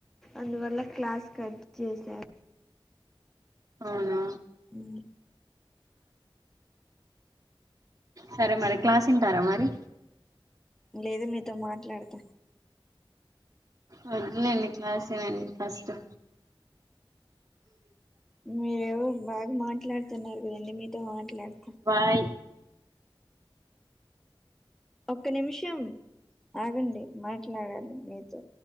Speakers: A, in the centre; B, on the right.
A: అందువల్ల క్లాస్ కట్ చేసారు.
B: అవునా
A: ఉమ్
B: సరే మరి క్లాస్ ఇంటారా మరి?
A: లేదు మీతో మాట్లాడత
B: వద్దులెండి క్లాసినండి ఫస్టు
A: మీరేవో బాగా మాట్లాడుతున్నారు కదండి మీతో మాట్లాడు
B: బాయ్
A: ఒక్క నిమిషం ఆగండి మాట్లాడాలి మీతో